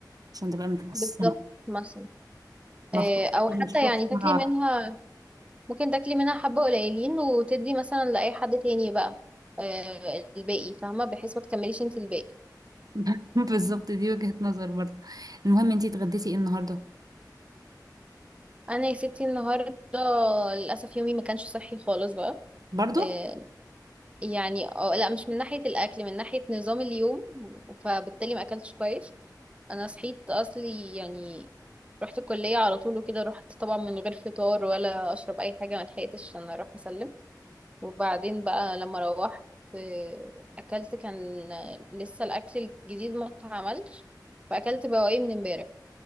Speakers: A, on the right; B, on the right.
A: عشان تبقى متقسمه
B: بالظبط مثلا
A: ما
B: آه،
A: اخرجش
B: او
A: الفرصه
B: حتى يعني
A: مره
B: تاكلي
A: واحدة.
B: منها ممكن تاكلي منها حبة قليلين وتدي مثلا لأي حد تاني بقى آه، الباقي فاهمة بحيث ما تكمليش انتي الباقي
A: <laughs> بالظبط دي وجهه نظر برضه المهم انتي اتغديتي ايه النهارده
B: انا يا ستي النهاردة للأسف يومي ما كانش صحي خالص بقى
A: برضه
B: آه، يعني اه لا مش من ناحية الأكل من ناحية نظام اليوم فبالتالي ما أكلتش كويس أنا صحيت أصلي يعني رحت الكلية على طول وكده رحت طبعا من غير فطار ولا أشرب أي حاجة ما لحقتش عشان أروح أسلم وبعدين بقى لما روحت آه، أكلت كان لسه الأكل الجديد ما اتعملش فأكلت بواقي من امبارح